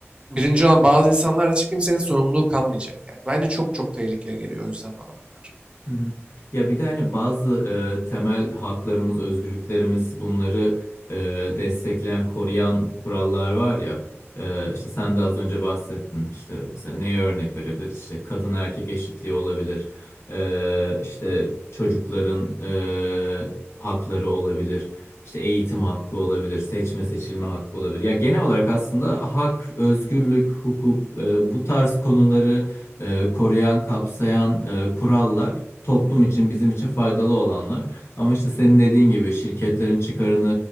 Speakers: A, on the right; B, on the left.
A: birinci olan bazı insanlar için kimsenin sorumluluğu kalmayacak yani. Bence çok çok tehlikeli geliyor o yüzden bana bunlar.
B: Hı hı. Ya bir de hani bazı e, temel haklarımız, özgürlüklerimiz bunları e, destekleyen, koruyan kurallar var ya. E, işte sen de az önce bahsettin. İşte mesela neye örnek verebiliriz? İşte kadın erkek eşitliği olabilir. E, işte çocukların e, hakları olabilir. İşte eğitim hakkı olabilir, seçme seçilme hakkı olabilir. Ya genel olarak aslında hak, özgürlük, hukuk e, bu tarz konuları e, koruyan, kapsayan e, kurallar toplum için, bizim için faydalı olanlar. Ama işte senin dediğin gibi şirketlerin çıkarını